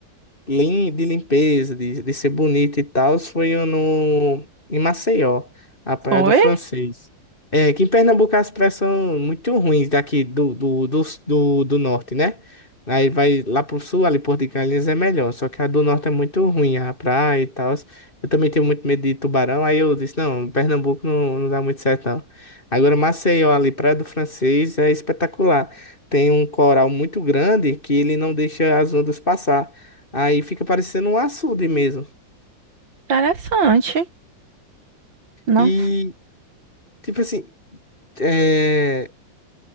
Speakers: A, on the left (about 25°); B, on the right (about 70°).
A: lim- de limpeza, de, de ser bonita e tal, foi no, em Maceió, a Praia
B: Foi
A: do Francês. É, que em Pernambuco as praias são muito ruins daqui do, do, do, do, do norte, né? Aí vai lá pro sul, ali Porto de Galinhas é melhor, só que a do norte é muito ruim, a praia e tal. Eu também tenho muito medo de tubarão, aí eu disse, não, Pernambuco não, não dá muito certo, não. Agora Maceió ali, Praia do Francês, é espetacular. Tem um coral muito grande que ele não deixa as ondas passar. Aí fica parecendo um açude mesmo.
B: interessante. Não
A: E, tipo assim, é,